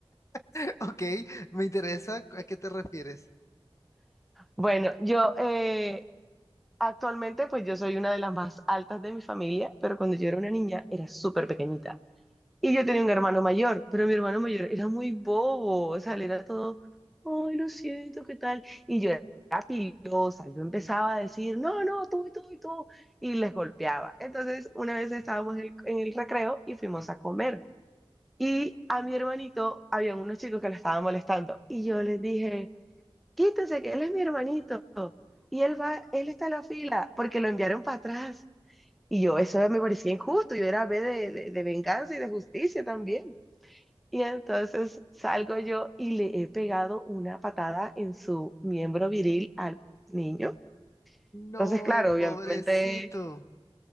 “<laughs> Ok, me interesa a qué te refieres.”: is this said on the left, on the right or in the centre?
Left